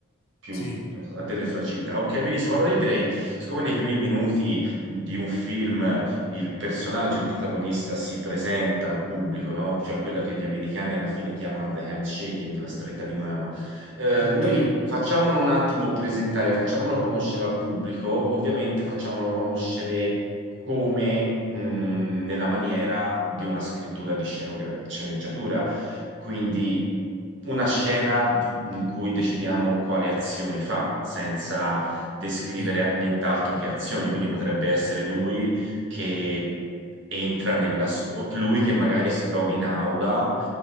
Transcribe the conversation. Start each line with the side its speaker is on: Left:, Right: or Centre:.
Right: più...
Left: sì,
Right: ha delle fragilità. Ok, benissimo. Allora io direi, siccome nei primi minuti di un film il personaggio, il protagonista si presenta al pubblico, no? Cioè quella che gli americani alla fine chiamano the handshaking, la stretta di mano. Eh,
Left: ok,
Right: noi facciamolo un attimo presentare, facciamolo conoscere al pubblico, ovviamente facciamolo conoscere come mh, nella maniera di una scrittura di scenogra- sceneggiatura, quindi una scena di- in cui decidiamo quali azioni fa, senza descrivere
Left: sì,
Right: nient'altro che azioni, quindi potrebbe essere lui che entra nella scuola, lui che magari si trova in aula